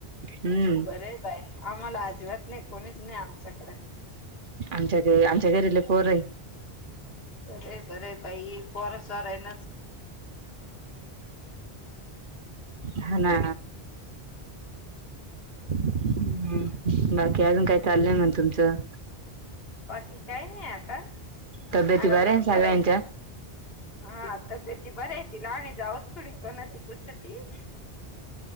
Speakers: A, on the right (about 55°); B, on the left (about 65°).
A: हम्म
B: बरं य बाय आम्हाला अजिबात नाही कोणीच नाही आमच्याकडे
A: आमच्या घ आमच्या घरीले पोर आहे
B: बरे बरे बाई पोरं सोरान
A: हा ना ह्म बाकी अजून काय चाललंय म्हण तुमचं
B: बाकी काही नाही आता
A: तब्येती
B: आरामच
A: बऱ्या आहे सगळ्यांच्या
B: करायचा हा तब्येत बऱ्या येतील आणि जाऊ थोडी कणती कुच त हम्